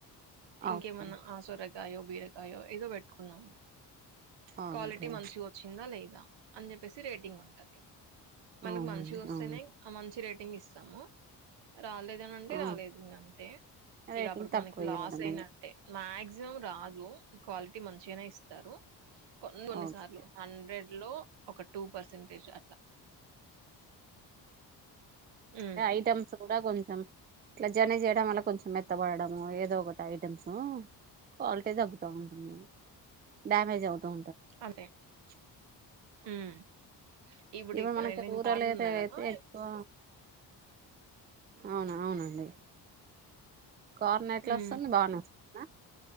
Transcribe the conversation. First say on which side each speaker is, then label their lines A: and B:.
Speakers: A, on the right (about 65°); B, on the right (about 25°).
A: ఇంకేమన్నా
B: ఓకే
A: అసోరక్ <unintelligible> అయ్యో ఏదో పెట్టుకున్నాము
B: ఓకే
A: క్వాలిటీ మంచి వచ్చిందా లేద్ అని చెప్పేసి రేటింగ్ ఉంటది మనకి
B: అవునండి
A: మంచిగా వస్తేనే
B: అవును
A: ఆ మంచి రేట్ రేటింగ్ ఇస్తాము రాలేదనంటే
B: ఆ.
A: రాలేదు ఇగా అంతే
B: రేటింగ్
A: ఇక అప్పటికి
B: తక్కువ
A: మనకి లాస్
B: ఇవ్వడమే
A: అయినట్టే మక్స్ క్సిమం రాదు క్వాలిటీ మంచిగానే ఇస్తారు కొన్ని కొన్ని
B: ఓకే
A: సార్లు హండ్రెడ్ లో ఒక టూ పర్సెంటేజ్ అట్లా హ్మ్.
B: ఐటమ్స్ కూడా కొంచెం ఇట్లా జర్నీ చేయడం వల్ల కొంచెం మెత్తబడడము ఏదో ఒకటి ఐటమ్స్ క్వాలిటీ తగ్గుతూ ఉంటుందిండి డ్యామేజ్ అవుతు
A: అంతే.
B: <unintelligible>
A: హ్మ్. ఇప్పుడు
B: ఇవ
A: ఇక
B: మనకి
A: నేను
B: రూరల్
A: కార్న్
B: ఏరియాలో
A: ఉన్నా కదా
B: అయితే ఎక్కువ అవునా అవునండి కార్న ఎట్లా
A: ఉమ్
B: వస్తుంది బాగానే ఆ